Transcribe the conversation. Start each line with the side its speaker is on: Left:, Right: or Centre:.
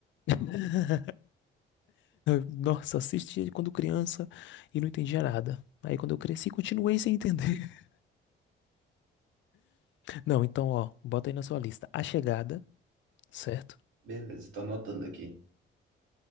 Left: <laughs> Nossa, assisti quando criança e não entendia nada. Aí quando eu cresci, continuei sem entender. <laughs> Não, então, ó, bota aí na sua lista. A Chegada, certo?
Right: Beleza, tô anotando aqui.